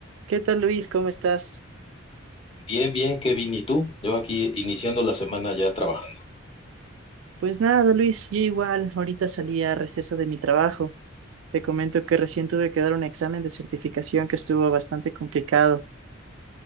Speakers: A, on the right; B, on the left.
A: ¿Qué tal, Luis? ¿Cómo estás?
B: Bien, bien, Kevin, ¿y tú? Yo aquí iniciando la semana ya trabajando.
A: Pues nada, Luis, yo igual. Ahorita salí a receso de mi trabajo. Te comento que recién tuve que dar un examen de certificación que estuvo bastante complicado.